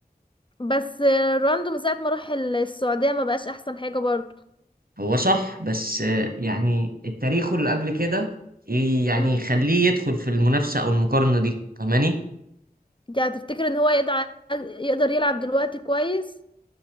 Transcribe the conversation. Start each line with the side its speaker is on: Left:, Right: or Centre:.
Left: بس رونالدو من ساعة ما راح السعودية ما بقاش احسن حاجة برضو
Right: هو صح بس آه، يعني التاريخ اللي قبل كده ي- يعني
Left: امم
Right: يخليه يدخل في المنافسة أو المقارنة دي فاهماني؟
Left: يعني تفتكر ان هو يقدر يقدر يلعب دلوقتي كويس